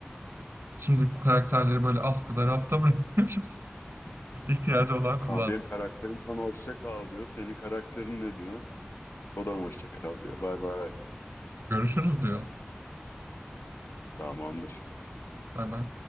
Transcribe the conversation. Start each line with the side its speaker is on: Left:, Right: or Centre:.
Right: Şimdi bu karakterleri böyle askıda rafta bırakıyorum. <laughs> İhtiyacı olan kullansın.
Left: Ha, benim karakterim sana hoşça kal diyor. Senin karakterin ne diyor? O da mı hoşça kal diyor. Bay bay.
Right: Görüşürüz diyor.
Left: Tamamdır.
Right: Bay bay.